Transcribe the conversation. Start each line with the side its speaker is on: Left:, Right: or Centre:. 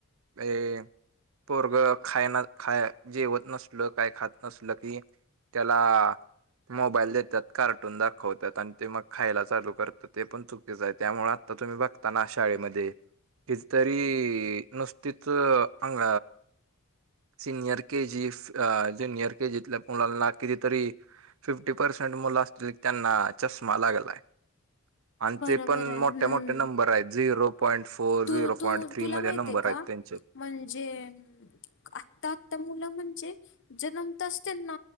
Right: हे पोरग खाय ना जेवत नसल काय खात नसल की त्याला मोबाईल देत्यात कार्टून दाखवत्यात आणि ते मग खायला चालू करत. ते पण चुकीच आहे. त्यामुळं आता तुम्ही बघ तांना शाळेमध्ये किती तरी नुसतीच आंग सिनियर के जीस जुनिअर के जीतल्या मुलांना किती तरी फिफ्टी पर्सेंट मुल असतील त्यानां चष्मा लागलाय. आणि
Left: बरोबर
Right: ते पण
Left: आहे
Right: मोठे
Left: हम्म
Right: मोठे नंबर आहेत zero point four zero
Left: two two
Right: point three
Left: तुला
Right: मध्ये
Left: माहितीय
Right: नंबर आहेत.
Left: का म्हणजे आत्ता आत्ता मुलं म्हणजे जन्मताच त्यांना